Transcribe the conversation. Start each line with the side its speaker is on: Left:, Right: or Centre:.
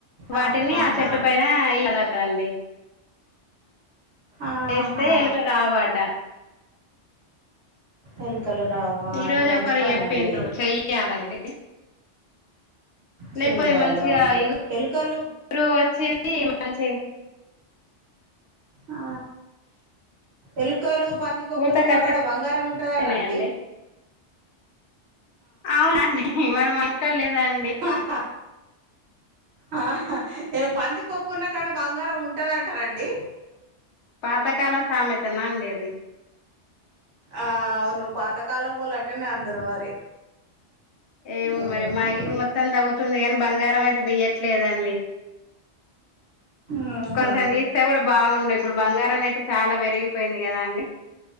Left: వాటిని
Right: ఆహాహా.
Left: ఆ చెట్టు పైన ఏయాలట అండి
Right: ఆహా
Left: ఎస్తే ఎలుక రావాట
Right: ఎలుకలు రావా
Left: ఈ
Right: అది
Left: రోజు
Right: మంచి
Left: ఒకరు
Right: పని
Left: చెప్పిండ్ర
Right: అండి
Left: చెయ్యాలండి
Right: చెయ్యాలి
Left: లేకపోతే మంచిగా
Right: అవును
Left: ఇగురు
Right: ఎలుకలు
Left: వచ్చి చి మంచీగా
Right: ఆ ఎలుకలు పందికొక్కలు
Left: పూతకు
Right: ఉన్నా కాడ బంగారం ఉంటందట
Left: వచ్చేసినాయండి
Right: అండి
Left: అవునండి మరి మన ఇంట్లో లేదండి
Right: హ హ ఆ ఇగ పందికొక్కున్నా కూడా బంగారం ఉంటందంటారండి
Left: పాతకాల సామెతనా అండిది
Right: ఆ అవును పాత కలపోలు ఆటనేఅందరు మరి
Left: ఏమో
Right: ఉహు
Left: మరి మా ఇల్లు మొత్తం తవ్వుతుంది కాని బంగారం అయితే దియట్లేదండి
Right: ఉహు
Left: కొంచెం తీస్తే కూడా బాగుండు ఇప్పుడు బంగారం రేటు చాలా పెరిగిపోయింది కదా అండి